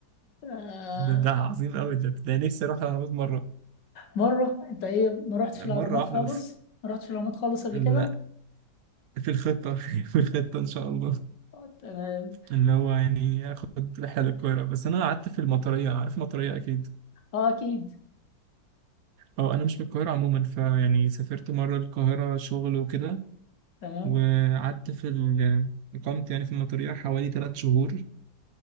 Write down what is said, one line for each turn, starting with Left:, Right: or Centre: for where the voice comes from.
Left: آه،
Right: ده, ده عظيم قوي ده ده نفسي اروح الاهرامات مرة
Left: مره انت ايه ما رحتش
Right: مرة
Left: الاهرامات
Right: واحدة
Left: خالص
Right: بس
Left: ما رحتش الاهرامات خالص قبل
Right: لا
Left: كده
Right: في الخطة <laughs> في الخطة ان شاء الله
Left: آه، تمام
Right: اللي هو يعني اخد رحلة للقاهرة بس انا قعدت في المطرية عارف المطرية اكيد
Left: اه اكيد
Right: اه انا مش من القاهره عموما فيعني سافرت مره القاهره شغل وكده
Left: تمام
Right: وقعدت في ال- اقامت يعني في المطريه حوالي ثلاث شهور